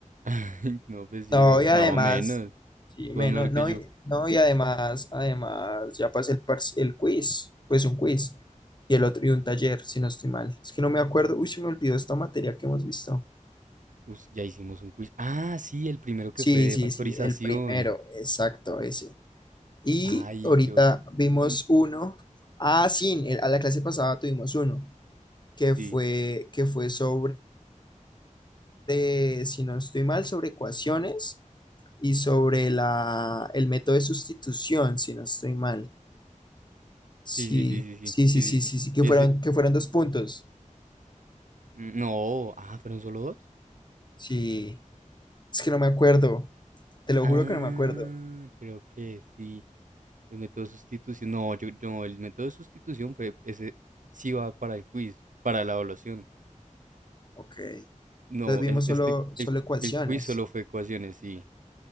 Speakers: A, on the right (about 75°); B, on the left (about 35°).
A: <laughs> No, pues sí,
B: No,
A: obvio.
B: y además,
A: No, menos.
B: sí,
A: Tú
B: menos,
A: eres mejor que
B: no,
A: yo.
B: y, no, y además, además, ya pasé el, parci- el quiz, pues un quiz, y el otro, y un taller, si no estoy mal. Es que no me acuerdo, uy, se me olvidó esta materia que hemos visto.
A: Us- ya hicimos un quiz. Ah, sí, el primero que
B: Sí,
A: fue de
B: sí,
A: factorización.
B: sí, el primero, exacto, ese. Y
A: Ay,
B: ahorita
A: yo.
B: vimos
A: mm,
B: uno. Ah, sí, en- a la clase pasada tuvimos uno que
A: Sí.
B: fue, que fue sobre de, si no estoy mal, sobre ecuaciones y sobre la, el método de sustitución, si no estoy mal. Sí,
A: Sí, sí, sí, sí, sí.
B: sí, sí,
A: Sí,
B: sí, sí,
A: sí, sí.
B: sí, que
A: Ese.
B: fueron, que fueron dos puntos.
A: mm, No. Ah, ¿fueron solo dos?
B: Sí, es que no me acuerdo, te lo
A: Ah,
B: juro que no me acuerdo.
A: creo que sí. El método de sustitución. No, yo, no, el método de sustitución fue. Ese sí va para el quiz, para la evaluación.
B: Ok,
A: No,
B: entonces vimos
A: es-
B: solo,
A: este,
B: solo
A: el,
B: ecuaciones.
A: el quiz solo fue ecuaciones, sí.